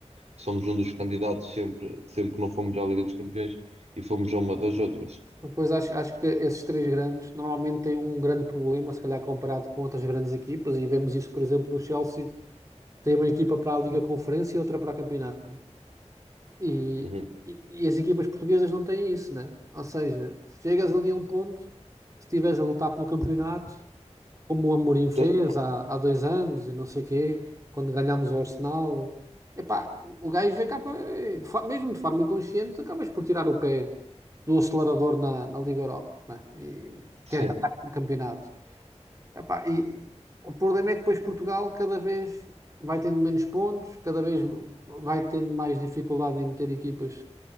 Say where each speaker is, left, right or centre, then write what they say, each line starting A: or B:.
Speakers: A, on the right (about 70°); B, on the right (about 30°).
A: somos um dos candidatos sempre, sempre que não fomos à Liga dos Campeões e fomos a uma das outras.
B: Depois acho, acho que esses três grandes normalmente têm um grande problema, se calhar comparado com outras grandes equipas, e vemos isso, por exemplo, do Chelsea, tem uma equipa para a Liga Conferência e outra para o Campeonato. né? E,
A: Uhum.
B: e, e as equipas portuguesas não têm isso, né? Ou seja, chegas ali a um ponto, se estiveres a lutar pelo campeonato, como o Amorim fez
A: Tem-
B: há, há dois anos e não sei quê, quando ganhámos o Arsenal. Epá, o o gajo acaba, eh, de fa- mesmo de forma inconsciente, acabas por tirar o pé do acelerador na, na Liga Europa, né? E
A: Sim.
B: queres ganhar o campeonato. Epá, e o problema é que depois Portugal cada vez vai tendo menos pontos, cada vez vai tendo mais dificuldade em meter equipas,